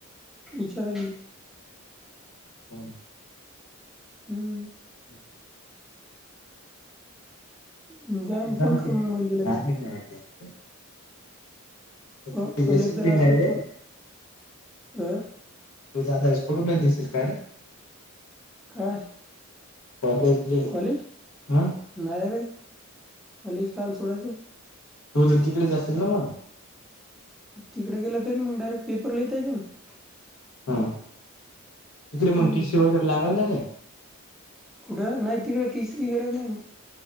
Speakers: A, in the centre; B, on the left (about 75°).
A: विचारा
B: हम्म.
A: हम्म.
B: <inaudible>
A: जाईन
B: <unintelligible>
A: फोन कर मग मुलगीला मी
B: आता
A: हो,
B: तू
A: कॉलेज
B: येशील
A: जर
B: बी
A: असले
B: नाही रे
A: फोन अ
B: तू जात <unintelligible> सोडून दिसील काय
A: काय,
B: कॉलेजले
A: कॉलेज?
B: हा
A: नाय रे, कॉलेज काईला सोडायचं?
B: तू तर तिकडेच असेशील ना म?
A: तिकडं गेलं तरी मंग डायरेक्ट पेपरला येता येते ना.
B: हा, तिकडे
A: हम्म
B: मग टीशी वगैरे लागल ना रे?
A: कुठं? नायी तिकड टीसीची गरज नाहीये.